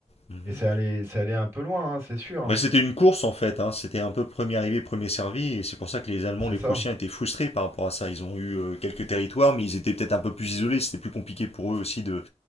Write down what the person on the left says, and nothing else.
Mhm.
Bah, c'était une course en fait, hein. C'était un peu premier arrivé, premier servi, et c'est pour ça que les Allemands,
les
Prussiens étaient frustrés par rapport à ça. Ils ont eu euh, quelques territoires, mais ils étaient peut-être un peu plus isolés, c'était plus compliqué pour eux aussi de